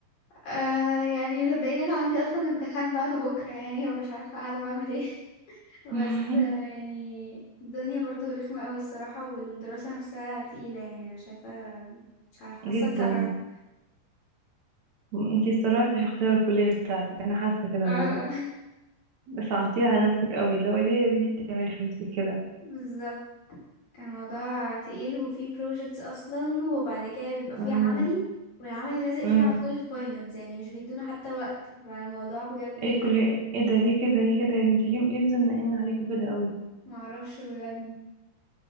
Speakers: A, on the left (about 50°); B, on the right (about 45°).
A: آه يعني صدقيني انا عندي اصلا امتحان بعد بكرة يعني ومش عارفة قاعدة بعمل ايه <laughs> بس
B: <laughs>
A: آه يعني الدنيا برضو رخمة قوي الصراحة والدراسة نفسها تقيلة يعني انا شايفة مش عارفة حاسة
B: جدا
A: اتسرعت
B: انتي اتسرعتي في اختيار الكلية بتاعتك انا حاسة كده
A: اه
B: برضو بس عطيها على نفسك قوي اللي هو ليه يا بنتي بتعملي في نفسك كده
A: <laughs> بالظبط الموضوع تقيل وفيه projects اصلا وبعد كده بيبقى فيه
B: امم
A: عملي والعملي لازق فيه
B: امم
A: على طول الفاينلز يعني مش بيدونا حتى وقت فالموضوع بجد رخم
B: ايه الكلية
A: جدا
B: ايه ده ليه كده ليه كده يا بنتي ليه ليه مزنقين عليكوا كده قوي
A: معرفش بجد